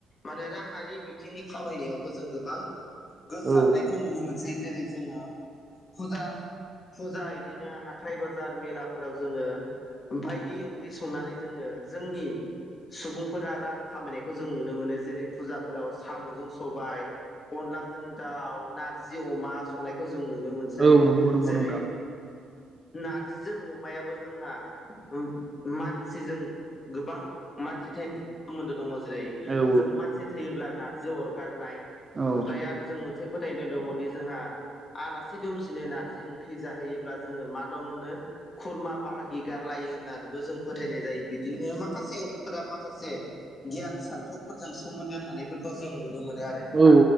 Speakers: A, on the left; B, on the right.
A: मानो राङारि बिथिंनि खामायनायावबो जों गोब बां गोसारनायखौ
B: औ
A: नुनो मोनसै जेरै जोङो फुजा फुजा इदिनो हा थाइ बाजार मेलाफोराव जोङो बायदि ओंख्रि संनानै जोङो जोंनि सुबुंफोरा रां खामायनायखौ जों नुनो मोनो जेरै फुजाफोराव साम'जों सबाय अनलाजों दाउ नारजि अमा संनायखौ जों नुनो मोनसै
B: औ औ नंगौ नंगौ
A: जेरै
B: नोंथां
A: नारजिजों अमायाबो जोंहा उ मानसिजों गोबां मानसि <unintelligible> सोमोन्दो दङ जेरै
B: औ औ
A: जों मानसि थैयोब्ला नारजि अरगारनाय
B: औ
A: ओमफाय आरो जों मोनसे फोथायदो दङदि जोंहा आलासि दुमसिनो नारजि ओंख्रि जाहैयोब्ला जोङो मा दं होनो खुरमा बाहागि गारलायो होनना <unintelligible> बो जों फोथायनाय जायो बिदिनो माखासे ओंख्रिफोरा माखासे गियान सान्थौफोरजों सोमोन्दो थानायफोरखौ जों नुनो मोनो आरो नों
B: औ